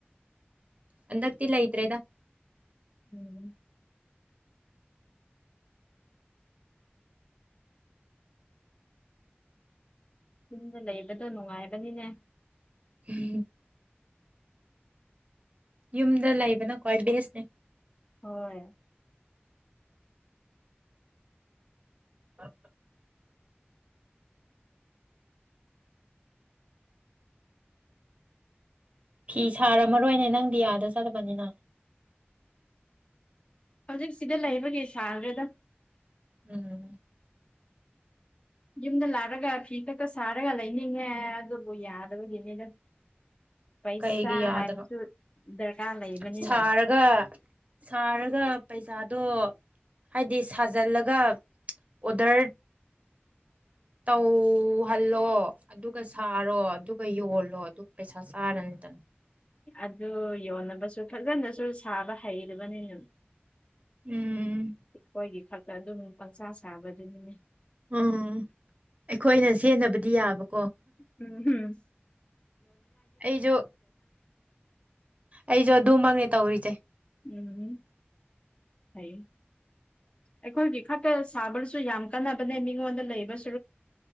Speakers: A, on the right (about 35°); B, on the left (about 30°).
A: ꯍꯗꯥꯛꯇꯂ ꯏꯇ꯭ꯔꯦꯗ
B: ꯎꯝ ꯆꯨꯝꯗ ꯂꯩꯕꯗꯣ ꯅꯨꯡꯉꯥꯏꯕꯅꯤꯅꯦ
A: ꯎꯝ ꯌꯨꯝꯗ ꯂꯩꯕꯅ ꯈ꯭ꯋꯥꯏ ꯕꯦꯁꯅꯦ
B: ꯍꯣꯏ
A: ꯑ ꯐꯤ ꯁꯥꯔꯝꯃꯔꯣꯏꯅꯦ ꯅꯪ ꯗꯤꯌꯥꯗ ꯆꯗꯕꯅꯤꯅ
B: ꯍꯧꯖꯤꯛ ꯁꯤꯗ ꯂꯩꯕꯒꯤꯦ ꯁꯥꯈ꯭ꯔꯦꯗ
A: ꯎꯝ
B: ꯌꯨꯝꯗ ꯂꯥꯛꯂꯒ ꯐꯤ ꯈꯛꯇ ꯁꯥꯔꯒ ꯂꯩꯅꯤꯡꯉꯦ ꯑꯗꯨꯕꯨ ꯌꯥꯗꯕꯒꯤꯅꯤꯗ ꯄꯩꯁꯥ
A: ꯀꯩꯒꯤ ꯌꯥꯗꯕ
B: ꯍꯥꯏꯕꯁꯨ ꯗꯔꯀꯥꯔ ꯂꯩꯕꯅꯤꯅ
A: ꯁꯥꯔꯒ ꯁꯥꯔꯒ ꯄꯩꯁꯥꯗꯣ ꯍꯥꯏꯗꯤ ꯁꯥꯖꯤꯜꯂꯒ ꯎꯗꯔ ꯇꯧꯍꯜꯂꯣ ꯑꯗꯨꯒ ꯁꯥꯔꯣ ꯑꯗꯨꯒ ꯌꯣꯜꯂꯣ ꯑꯗꯨꯒ ꯄꯩꯁꯥ ꯆꯥꯔꯅꯤ ꯗꯅꯤ
B: ꯑꯗꯨ ꯌꯣꯟꯅꯕꯁꯨ ꯐꯖꯅꯁꯨ ꯁꯥꯕ ꯍꯩꯔꯕꯅꯤꯅ
A: ꯎꯝ
B: ꯑꯩꯈꯣꯏꯒꯤ ꯈꯛꯇ ꯑꯗꯨꯝ ꯄꯪꯁꯥ ꯁꯥꯕꯗꯨꯅꯤꯅꯦ
A: ꯎꯝ ꯑꯩꯈꯣꯏꯅ ꯁꯦꯟꯅꯕꯗꯤ ꯌꯥꯕꯀꯣ
B: ꯎꯝ ꯎꯝ
A: ꯑꯩꯁꯨ ꯑꯩꯁꯨ ꯑꯗꯨꯃꯛꯅꯤ ꯇꯧꯔꯤꯁꯦ
B: ꯎꯝ ꯍꯥꯏ ꯑꯩꯈꯣꯏꯒꯤ ꯈꯛꯇ ꯁꯥꯕꯔꯁꯨ ꯌꯥꯝ ꯀꯥꯟꯅꯕꯅꯦ ꯃꯤꯉꯣꯟꯗ ꯂꯩꯕꯁꯨ